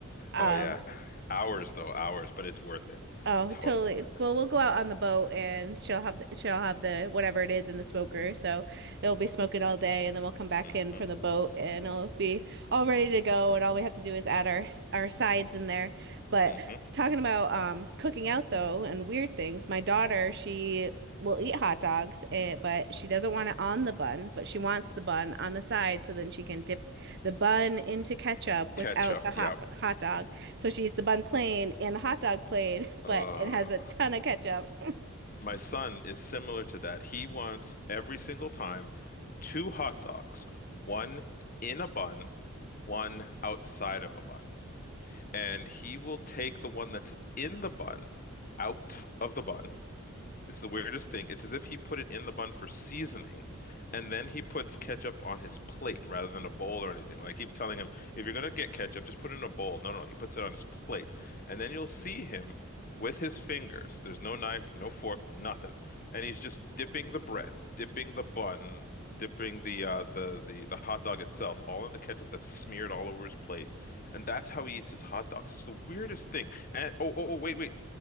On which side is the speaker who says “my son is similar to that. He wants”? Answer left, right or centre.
Left